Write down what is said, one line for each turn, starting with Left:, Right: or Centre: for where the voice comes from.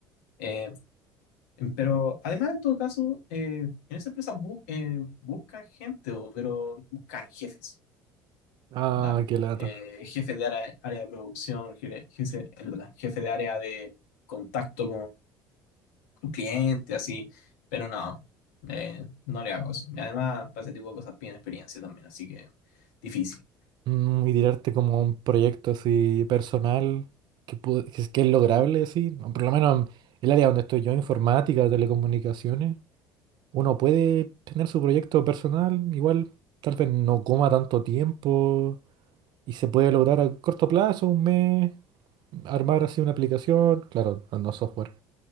Left: Eh, pero además, en todo caso, eh, en esa empresa bu- eh, buscan gente, o- pero buscan jefes,
Right: Ah,
Left: ¿verdad?
Right: qué lata.
Left: Eh, jefe de área, área de producción, jefe, jefe el- jefe de área de contacto un cliente, así, pero no, eh, no le hago eso. Y además, para ese tipo de cosas piden experiencia también, así que difícil.
Right: Mm, y tirarte como a un proyecto así personal que, pu- que es que es lograble, sí. O Por lo menos en el área donde estoy yo, informática, telecomunicaciones, uno puede tener su proyecto personal, igual tal vez no coma tanto tiempo y se puede lograr a corto plazo, un mes, armar así una aplicación, claro, no software.